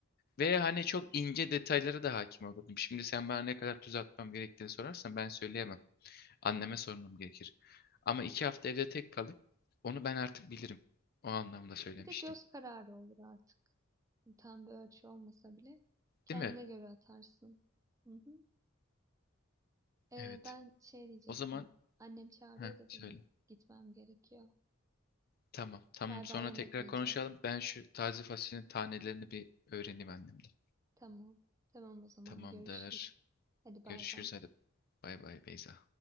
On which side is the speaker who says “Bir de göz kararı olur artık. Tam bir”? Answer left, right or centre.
Right